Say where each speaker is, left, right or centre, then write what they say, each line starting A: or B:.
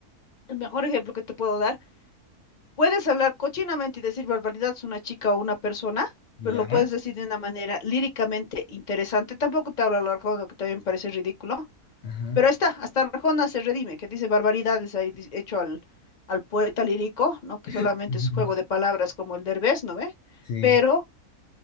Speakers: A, on the left; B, on the left.
A: el mejor ejemplo que te puedo dar Puedes hablar cochinamente y decir barbaridades a una chica o una persona,
B: Ya.
A: pero lo puedes decir de una manera líricamente interesante. Tampoco te hablo a lo Arjona, que también parece ridículo,
B: Ajá.
A: pero ahí está, hasta Arjona se redime, que dice barbaridades ahí di- hecho al, al poeta lírico, ¿no? Que
B: <laughs>
A: solamente es juego de palabras como el Derbez, ¿no ve?
B: Sí.
A: Pero